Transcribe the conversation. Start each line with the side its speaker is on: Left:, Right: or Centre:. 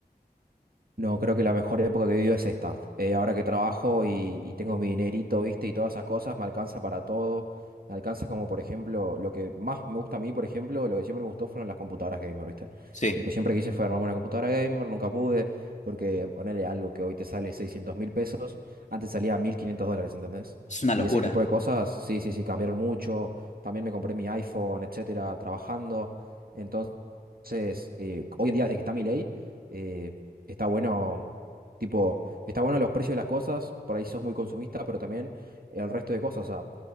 Right: No, creo que la mejor época que he vivido es esta. Eh, ahora que trabajo y, y tengo mi dinerito, viste, y todas esas cosas, me alcanza para todo. Me alcanza como, por ejemplo, lo que más me gusta a mí, por ejemplo, lo que siempre me gustó fueron las computadoras gamer, viste.
Left: Sí,
Right: Lo que siempre quise fue armarme una computadora gamer, nunca pude, porque ponerle algo que hoy te sale seiscientos mil pesos, antes salía 1.500 dólares, ¿entendés?
Left: es una locura.
Right: Y ese tipo de cosas, sí, sí, sí, cambiaron mucho. También me compré mi iPhone, etcétera, trabajando. Entonces, eh, hoy en día, desde que está mi ley eh, está bueno, tipo, está bueno los precios de las cosas, por ahí sos muy consumista, pero también el resto de cosas, o sea,